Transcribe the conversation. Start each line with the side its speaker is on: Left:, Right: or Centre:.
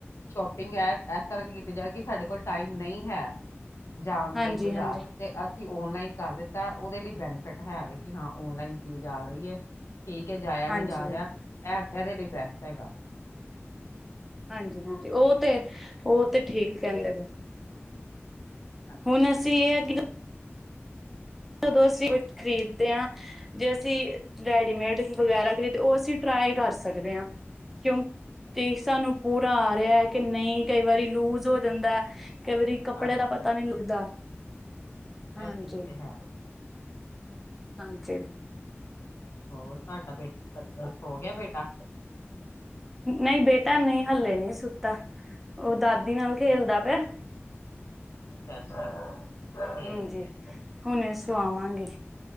Left: ਸ਼ੋਪਿੰਗ ਐ ਏਸ ਕਰਕੇ ਕੀਤੀ ਜਾਵੇ ਕੀ ਸਾਡੇ ਕੋਲ ਟਾਈਮ ਨਹੀ ਹੈ ਜਾਣ
Centre: ਹਾਂਜੀ
Left: ਲਈ ਬਜ਼ਾਰ।
Centre: ਹਾਂਜੀ
Left: ਤੇ ਅਸੀਂ ਓਨਲਾਈਨ ਕਰ ਦਿੱਤਾ ਓਦੇ ਲਈ ਬੈਨੀਫਿਟ ਹੈ ਵੇ ਕੀ ਹਾਂ ਓਨਲਾਈਨ ਚੀਜ਼ ਆ ਰਾਈ ਏ। ਠੀਕ ਐ ਜਾਇਆ
Centre: ਹਾਂਜੀ
Left: ਨੀ ਜਾ ਰਿਆ ਐ ਏਦੇ ਲਈ ਬੈਸਟ ਹੈਗਾ।
Centre: ਹਾਂਜੀ-ਹਾਂਜੀ ਓ ਤੇ ਓ ਤੇ ਠੀਕ ਕੇਂਦੇ ਪਏ ਉ।
Left: ਹਾਂ
Centre: ਹੁਣ ਅਸੀਂ ਏ ਕੀ- ਜਦੋਂ ਅਸੀਂ ਕੁਛ ਖ਼ਰੀਦ ਦੇ ਆ। ਜੇ ਅਸੀਂ ਰੈਡੀਮੇਡ ਵਗੈਰਾ ਖਰੀਦੇ ਓ ਅਸੀਂ ਟਰਾਈ ਕਰ ਸਕਦੇ ਆਂ ਕਿਉਂ ਤੇ ਸਾਨੂੰ ਪੂਰਾ ਆ ਰਿਆ ਐ ਕਿ ਨਈ ਕਈ ਵਾਰੀ ਲੂਜ ਹੋ ਜਾਂਦਾ ਕਈ ਵਾਰੀ ਕੱਪੜੇ
Left: ਹਾਂਜੀ
Centre: ਦਾ ਪਤਾ ਨੀ ਲੱਗਦਾ। ਹਾਂਜੀ
Left: ਇਹ ਚੀਜ਼ ਤੇ ਹੈ।
Centre: ਹਾਂਜੀ।
Left: ਹੋਰ ਤੁਹਾਡਾ ਬੱਚਾ ਸੋ ਗਿਆ ਬੇਟਾ।
Centre: ਨਹੀਂ ਬੇਟਾ ਨਹੀਂ ਹਲੇ ਨੀ ਸੁੱਤਾ ਉਹ ਦਾਦੀ ਨਾਲ ਖੇਲਦਾ
Left: ਅੱਛਾ
Centre: ਪਿਆ।
Left: <unintelligible> ਠੀਕ
Centre: ਹਾਂਜੀ
Left: ਹੈ
Centre: ਹੁਣੇ ਸੁਆਵਾਂਗੀ।